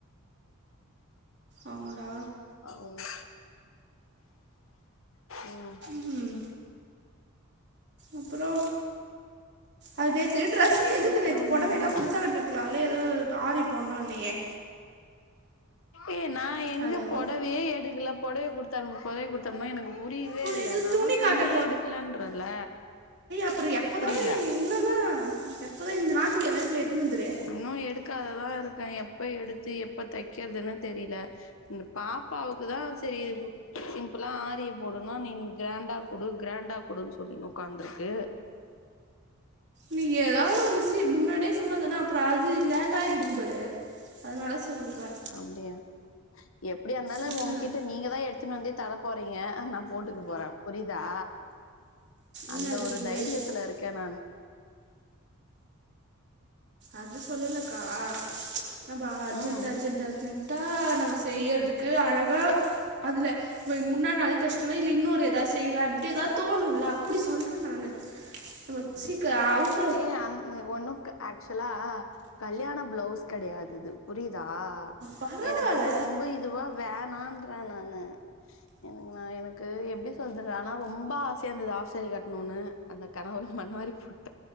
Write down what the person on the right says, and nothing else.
அவுங்குலா
ம் அப்பறோ அது நேத்து ட்ரஸ்ஸு எதுக்கு
நேத்து பொடவைலா
குடுத்தனுப்பிருக் ருக்லால எது ஆரி போட்ணுனியே
ஹலோ
உன்ன
இது
துணி
காட்ட
அப்றோ எப்போதா
இன்னு தா எப்போதா இந்த நாத்து கெழமயாது போயி எத்துனு வந்துரு
நீ எதாவ்து ஒன்னு சி முன்னாடியே சொன்னாதான அப்றோ அது லேட்டாக்கிடும்பாரு அதனால சொல்றே
ம்ஹூம்
இல்ல
அது
நீங்கதா
எடுத்துனு வந்து
அது சொல்லலக்கா நம்ப அர்ஜென்ட்
அர்ஜென்ட் அர்ஜென்ட் ட்டா நம்ப செய்யறதுக்கு அழகா அதுல இப்ப முன்னா நாளே தச்சிட்டோனா இல்ல இன்னொரு எதாது செய்லான்ட்டு எதாது தோணுல அப்டி சொல்றே நானு நமக் சீக்க ஆவுட்
பரவாயில்ல